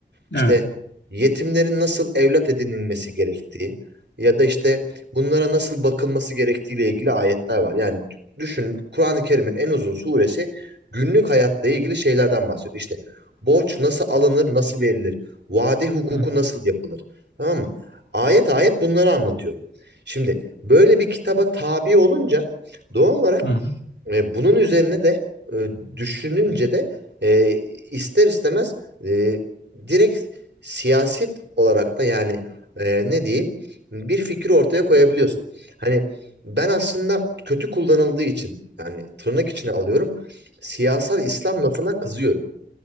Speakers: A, on the right; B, on the left.
A: İşte
B: Evet.
A: yetimlerin nasıl evlat edinilmesi gerektiği ya da işte bunlara nasıl bakılması gerektiğiyle ilgili ayetler var. Yani düşün Kur'an-ı Kerim'in en uzun suresi günlük hayatla ilgili şeylerden bahsediyor. İşte borç nasıl alınır, nasıl verilir, vade hukuku
B: Hı
A: nasıl yapılır. Tamam mı? Ayet ayet bunları anlatıyor. Şimdi böyle bir kitaba tabi olunca doğal olarak
B: hı.
A: e, bunun üzerine de e, düşününce de e, ister istemez e, direkt siyaset olarak da yani e, ne diyeyim bir fikri ortaya koyabiliyorsun. Hani ben aslında kötü kullanıldığı için yani tırnak içine alıyorum siyasal İslam lafına kızıyorum.